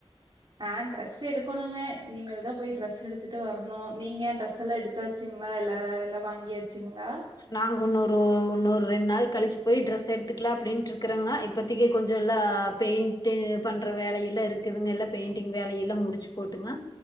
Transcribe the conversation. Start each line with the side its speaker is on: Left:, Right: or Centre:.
Right: ஆ ட்ரஸ் எடுக்கோணுங்க இனிமேல்தா போய் ட்ரஸ் எடுத்துட்டு வர்ணு நீங்க ட்ரஸ் எல்லா எடுத் தாச்சுங்ளா எல்லா எல்லா வாங்கியாச்சுங்ளா
Left: நாங்க உன்னோரு உன்னோர் ரெண் நாள் கழிச்சு போய் ட்ரஸ் எடுத்துக்கலா அப்டின்ட்ருக்கறங்க இப்பத்திக்கி கொஞ்ச எல்லா பெய்ண்ட்டு பண்ற வேலையெல்லா இருக்குதுங்க எல்லா பெய்ண்ட்டிங் வேலையெல்லா முடிச்சு போட்டுங்க